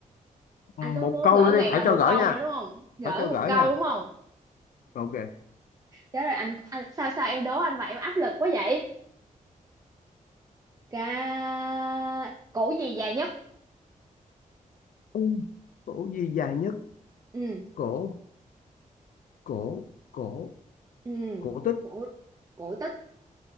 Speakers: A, on the right; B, on the left.
A: anh
B: một
A: có muốn
B: câu
A: gỡ
B: nữa đi
A: gạc
B: phải
A: lại một
B: cho gỡ
A: câu
B: nha
A: nữa đúng không gỡ
B: phải cho gỡ
A: một câu
B: nha
A: đúng không
B: ok
A: trả lời anh, anh sao sao em đố anh vậy em áp lực quá vậy ca cổ gì dài nhất
B: Ừ. cổ gì dài nhất
A: ừ
B: cổ cổ cổ
A: ừ
B: cổ tích
A: cổ cổ tích